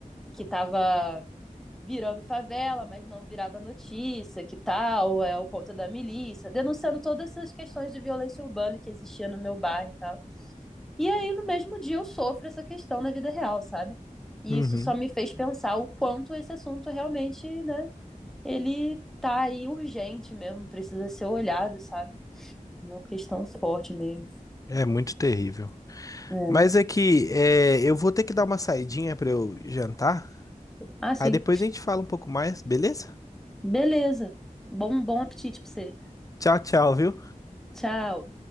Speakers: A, in the centre; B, on the left (about 25°).
A: que tava virando favela, mas não virava notícia, que tal, é o ponto da milícia, denunciando todas essas questões de violência urbana que existia no meu bairro e tal. E aí, no mesmo dia, eu sofro essa questão na vida real, sabe? E
B: uhum.
A: isso só me fez pensar o quanto esse assunto realmente, né, ele tá aí urgente mesmo, precisa ser olhado, sabe? Uma questão forte mesmo.
B: é muito terrível.
A: É.
B: Mas é que é, eu vou ter que dar uma saidinha pra eu jantar.
A: Ah, sim.
B: Aí depois a gente fala um pouco mais, beleza?
A: Beleza. Bom, bom apetite pra você.
B: Tchau, tchau, viu?
A: Tchau.